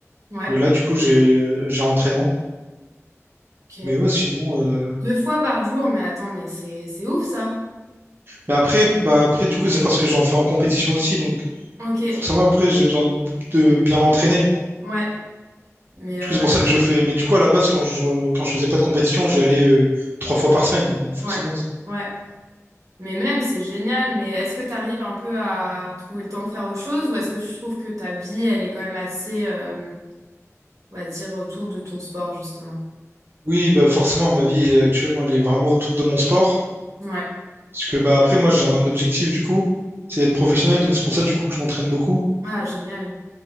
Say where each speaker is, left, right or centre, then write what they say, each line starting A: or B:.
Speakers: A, on the right (about 90°); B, on the right (about 45°).
A: Ouais.
B: euh, là, du coup, j'ai euh, j'ai entraînement.
A: Ok.
B: Mais ouais, sinon... euh,
A: Deux fois par jour, mais attends, mais c'est, c'est ouf ça.
B: Mais après, bah, après, du coup, c'est parce que j'en fais en compétition aussi, donc
A: Ok.
B: forcément, après, j'ai besoin de de bien m'entraîner.
A: Ouais. Mais, euh,
B: Du coup, c'est pour ça que je fais... Mais du coup, à la base, quand je, quand je faisais pas de compétition, j'y allais euh, trois fois par semaine, donc forcément...
A: ouais.
B: c'est-
A: Ouais. Mais même, c'est génial. Mais est-ce que tu arrives un peu à trouver le temps de faire autre chose ou est-ce que tu trouves que ta vie, elle est quand même assez, euh, on va dire, autour de ton sport, justement?
B: Oui, bah forcément, ma vie euh, actuellement, elle est vraiment autour de mon sport.
A: Ouais.
B: Parce que bah après moi j'ai un objectif du coup, c'est d'être professionnel, donc c'est pour ça du coup que je m'entraîne beaucoup.
A: Ah, génial.